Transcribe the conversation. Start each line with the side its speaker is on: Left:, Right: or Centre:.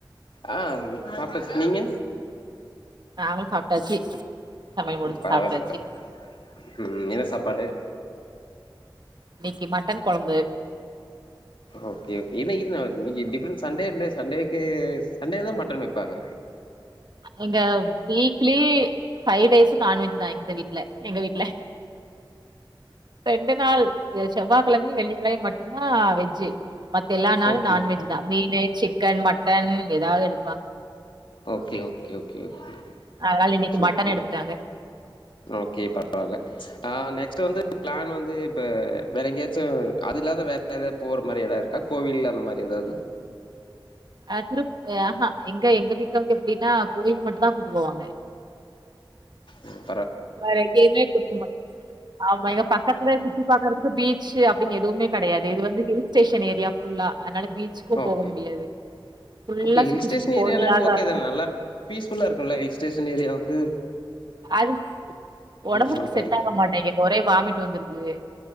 Left: ஆ சாப்டாச்சு நீங்க
Right: நாங்களு சாப்ட்டாச்சு சமையல் முடிச்சு
Left: பரவா
Right: சாப்ட்டாச்சு
Left: சாப்டேங்க உ என்ன சாப்பாடு
Right: இன்னைக்கு மட்டன் கொழம்பு
Left: ஓகே கே இன்னிக்கு என்ன நாள் இன்னக்கி சண்டே இல்ல சண்டேக்கு சண்டே தா மட்டன் வைப்பாங்க
Right: எங்க வீக்லி ஃபைவ் டேஸு நான்வெஜ் தா இந்த வீட்டு்ல எங்க வீட்டு்ல ரெண்டு நாள் செவ்வாய்கிழமயு வெள்ளிக்கிழமயு மட்டு்ந்தா வெஜ்ஜு மத்த எல்லா நாளு
Left: ஓகே
Right: நான்வெஜ் தா மீனு சிக்கன் மட்டன் ஏதாவது எடு
Left: okay okay okay okay
Right: அதனால இன்னைக்கு
Left: சூப்பர்
Right: மட்டன் எடுத்துட்டாங்க
Left: ஓகே பரவாயல ஆ நெக்ஸ் இது வந்து பிளான் வந்து இப்ப வேற எங்கேயாச்சு அதுலாத வேற ஏதாவது போற மாதிரி எதாவது இருக்கா கோவில்ல அந்த மாதிரி எதாவது
Right: அ திருப் ஆஹா எங்க எங்க வீட்டு வந்து எப்டின்னா கோயிலுக்கு மட்டுந்தா கூட்டு போவாங்க
Left: உஹம்
Right: வேறங்கயுமே கூட்டுப்போக் ஆமா இங்க பக்கத்துலர்ந்து சுத்தி பாக்குறதுக்கு பீச் அப்டின்னு எதுமே கெடையாது இது வந்து ஹில் ஸ்டேஷன் ஏரியா ஃபுல்லா அதனால பீச்சுக்கு
Left: ஓகே
Right: போக முடியாது ஃபுல்லா
Left: ஓகே ஹில்
Right: சுத்தி
Left: ஸ்டேஷன்
Right: சுத்தி கோயிலாதா
Left: ஏரியானாலே ஓகே
Right: இருக்கு
Left: தானா நல்லா பீஸ்ப்ஃபுல்லா இருக்குல்ல ஹில் ஸ்டேஷன் ஏரியாக்கு
Right: அது ஒடம்புக்கு
Left: பொறுத்த
Right: செட்
Left: வரைக்கும்
Right: ஆக மாட்டேங்குது ஒரே வாமிட் வந்துருது